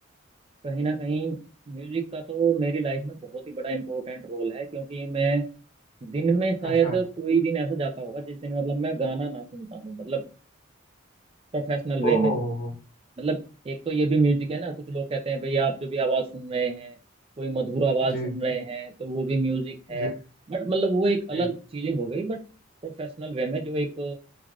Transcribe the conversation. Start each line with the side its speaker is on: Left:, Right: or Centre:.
Right: कहीं ना कहीं म्यूजिक का तो मेरी लाइफ में बहुत ही बड़ा इंपॉर्टेंट रोल है क्योंकि मैं दिन में शायद
Left: अच्छा
Right: कोई दिन ऐसा जाता होगा जिस दिन मतलब मैं गाना ना सुनता हूँ मतलब प्रोफेशनल
Left: ओ
Right: वे में
Left: हो हो हो
Right: मतलब एक तो ये भी म्यूजिक है ना कुछ लोग कहते हैं भाई आप जो भी आवाज़ सुन रहे हैं कोई मधुर आवाज़
Left: जी
Right: सुन रहे हैं तो वो भी म्यूजिक
Left: जी
Right: है बट मतलब वो एक अलग
Left: जी
Right: चीज़ें हो गई बट प्रोफेशनल वे में जो एक